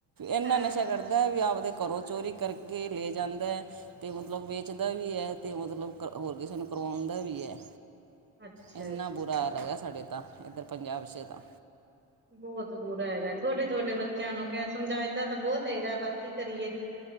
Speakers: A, on the right (about 45°); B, on the right (about 20°).
A: ਇੰਨਾ
B: ਹਾਂ
A: ਨਸ਼ਾ ਕਰਦਾ, ਵੀ ਆਪਦੇ ਘਰੋਂ ਚੋਰੀ ਕਰਕੇ ਲੈ ਜਾਂਦਾ। ਤੇ ਮਤਲਬ ਵੇਚਦਾ ਵੀ ਹੈ ਤੇ ਮਤਲਬ ਹੋਰ ਕਿਸੇ ਨੂੰ ਕਰਵਾਉਣ ਦਾ ਵੀ ਹੈ।
B: ਅੱਛਾ
A: ਇਨਾ
B: ਜੀ।
A: ਬੁਰਾ ਲੱਗਦਾ ਸਾਡੇ ਤਾਂ ਇੱਧਰ ਪੰਜਾਬ ਚ ਤਾਂ
B: ਬਹੁਤ ਬੁਰਾ ਹੈਗਾ। ਛੋਟੇ ਛੋਟੇ ਬੱਚਿਆਂ ਨੂੰ ਕ ਸਮਝਾਈਦਾ ਤਾਂ ਬਹੁਤ ਹੈਗਾ ਪਰ ਕੀ ਕਰੀਏ।